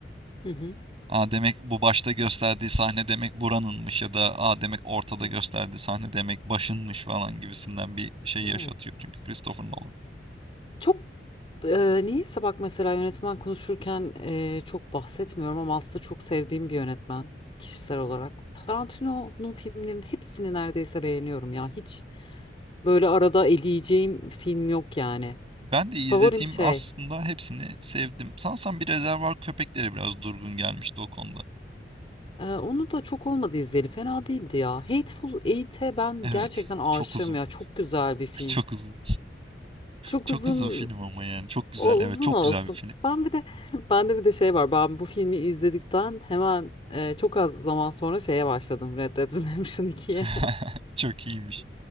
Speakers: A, on the left (about 30°); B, on the right (about 35°).
A: Hı hı.
B: Aa demek bu başta gösterdiği sahne demek buranınmış ya da aa demek ortada
A: Hı hı.
B: gösterdiği sahne demek başınmış falan gibisinden bir şey
A: Evet.
B: yaşatıyor çünkü Christopher Nolan.
A: Çok e, niyeyse bak mesela yönetmen konuşurken e, çok bahsetmiyorum ama aslında çok sevdiğim bir yönetmen kişisel olarak. Tarantino'nun filmlerinin hepsini neredeyse beğeniyorum ya. Hiç böyle arada eleyeceğim film yok yani.
B: Ben de izlediğim
A: Favorim şey.
B: aslında hepsini sevdim. Sanırsam bir rezervar köpekleri biraz durgun gelmişti o konuda.
A: e, onu da çok olmadı izleyeli. Fena değildi ya. Hateful Eight'e ben
B: Evet.
A: gerçekten aşığım
B: Çok uzun.
A: ya. Çok güzel bir film.
B: <laughs> Çok uzun.
A: Çok
B: Çok
A: uzun
B: uzun film ama yani. Çok güzel.
A: O uzun
B: Evet, çok
A: olsun.
B: güzel bir film.
A: Ben bir de <laughs> bende bir de şey var. Ben bu filmi izledikten hemen e, çok az zaman sonra şeye başladım Red Dead Redemption 2'ye.
B: <laughs>
A: <laughs>
B: Çok iyiymiş.